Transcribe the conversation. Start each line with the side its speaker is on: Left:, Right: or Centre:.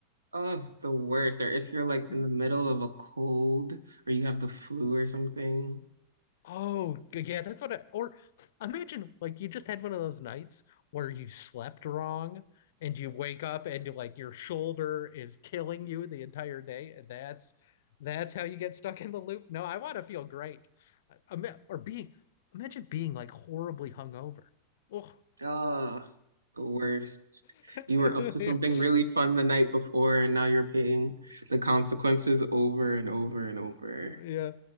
Right: Oh, the worst. Or if you're like
Left: <laughs>
Right: in the middle of a cold or you have the flu or something.
Left: Oh, g- yeah, that's what I, or imagine like you just had one of those nights where you slept wrong and you wake up and you like your shoulder is killing you the entire day, and that's that's how you get stuck in the loop. No, I want to feel great. I, I or being imagine being like horribly hungover. Oh.
Right: Oh, the worst.
Left: <laughs>
Right: You were up to something really fun the night before, and now you're paying the consequences over and
Left: Yeah.
Right: over and over.
Left: Yeah.